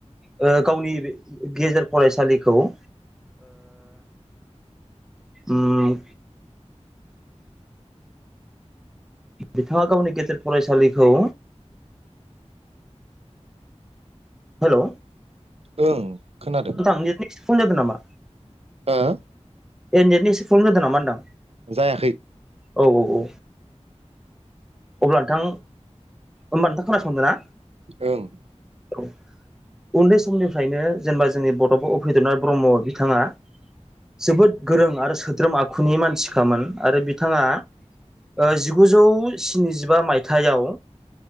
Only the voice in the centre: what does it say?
ओ गावनि गेजेर फरायसालिखौ ओ उम। बिथाङा गावनि गेेजेर फरायसालिखौ हेल'
नेटनि एसे प्रब्लेम जादों नामा
ए नेटनि एसे प्रबम जादों नामा होनदां
औ -औ -औ। अब्ला नोंथां होमबा नोंथां खोनासंदों ना।
औ उन्दै समनिफ्रायनो जेनेबा जोंनि बड'फा उफेद्र'नाथ ब्रह्म बिथाङा जोबोद गोरों आरो सोद्रोम आखुनि मानसिखामोन आरो बिथाङा ओ जिगुजौ स्निजिबा मायथाइआव